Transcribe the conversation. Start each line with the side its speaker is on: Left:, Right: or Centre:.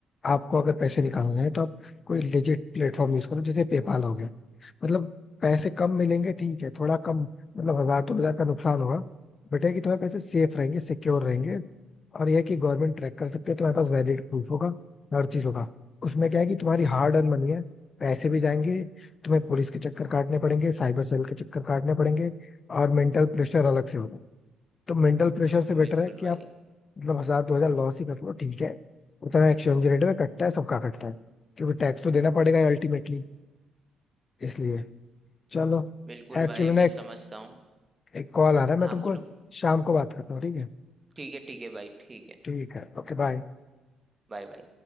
Left: आपको अगर पैसे निकालना है तो आप कोई लेजिट प्लेटफॉर्म यूज करो जैसे पेपाल हो गया मतलब पैसे कम मिलेंगे ठीक है थोड़ा कम मतलब हजार दो हजार का नुकसान होगा बट है कि तुम्हारे पैसे सेफ रहेंगे सिक्योर रहेंगे और यह कि गवर्नमेंट ट्रैक कर सकते है तुम्हारे पास वैलिड प्रूफ होगा हर चीज होगा उसमें क्या है कि तुम्हारी हार्ड अर्न मनी है पैसे भी जाएंगे तुम्हें पुलिस के चक्कर काटने पड़ेंगे साइबर सेल के चक्कर काटने पड़ेंगे और मेंटल प्रेशर अलग से होगा तो मेंटल प्रेशर से बेटर
Right: बिल्कुल
Left: है कि
Right: भाई
Left: आप मतलब हजार दो हजार लॉस ही कर लो ठीक है उतना एक्सचेंज रेट में कटता है सबका कटता है क्योंकि टैक्स तो देना पड़ेगा अल्टीमेटली इसलिए चलो
Right: बिल्कुल
Left: एक्चुअली
Right: भाई
Left: ना
Right: मैं
Left: एक,
Right: समझता हूँ
Left: एक कॉल आ रहा है मैं
Right: हाँ
Left: तुमको
Right: बोलो
Left: शाम को बात करता हूँ ठीक है
Right: ठीक है ठीक है भाई ठीक है
Left: ठीक है ओके बाय
Right: Bye bye